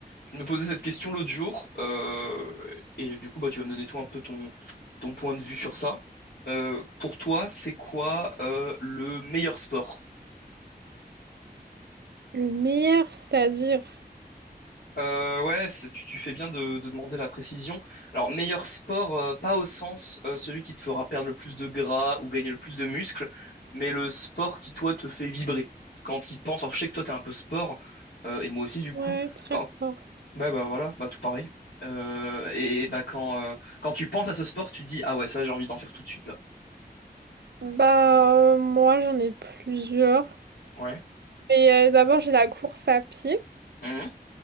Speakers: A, on the left; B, on the right.
A: Je me posais cette question l'autre jour, euh, et du coup, bah, tu vas me donner toi un peu ton, ton point de vue sur ça. Euh, pour toi, c'est quoi euh, le meilleur sport?
B: Le meilleur, c'est-à-dire,
A: Euh, ouais, c'est- tu, tu fais bien de, de demander la précision. Alors, meilleur sport, euh, pas au sens euh, celui qui te fera perdre le plus de gras ou gagner le plus de muscles, mais le sport qui, toi, te fait vibrer. Quand il pense, alors je sais que toi, t'es un peu sport, euh, et moi aussi, du
B: ouais,
A: coup,
B: très
A: quand,
B: sport.
A: Ouais, bah voilà, bah tout pareil. Euh, et bah quand, euh, quand tu penses à ce sport, tu dis, ah ouais, ça j'ai envie d'en faire tout de suite là.
B: Bah, euh, moi, j'en ai plusieurs.
A: Ouais.
B: Mais euh, d'abord, j'ai la course à pied
A: Mhm.